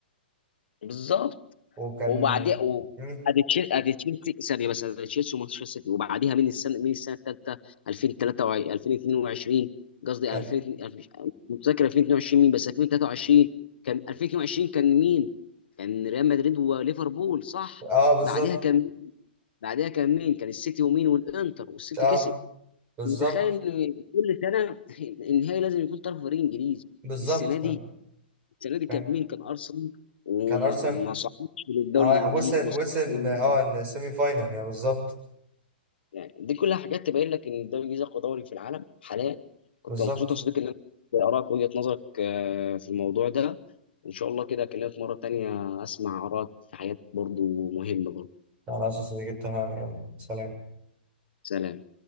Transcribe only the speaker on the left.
بالظبط
وبعدين و-
ادي تشيل- ادي تشيلسي ثانيه بس ادي تشيلسي ومانشستر سيتي وبعديها من السنه من السنه الثالثه 2023 2022 قصدي
2002 مش مش متذكر 2022 مين بس 2023 كان 2022 كان مين؟ كان ريال مدريد وليفربول صح
بعديها كان بعديها كان مين؟ كان السيتي ومين والانتر والسيتي
كسب
متخيل ان كل سنه <laughs> النهائي لازم يكون طرف فريق انجليزي
السنه دي السنه دي
كان مين كان ارسنال وما
ما صعدش للدوري
الانجليزي
ما
صعدش للنهائي.
يعني دي كلها حاجات تبين لك ان الدوري الانجليزي اقوى دوري في العالم حاليا كنت
مبسوط يا صديقي ان انا ارائك وجهه نظرك آه، في الموضوع ده وان شاء الله كده اكلمك مره تانية اسمع ارائك في حاجات برضو مهمه برضو
سلام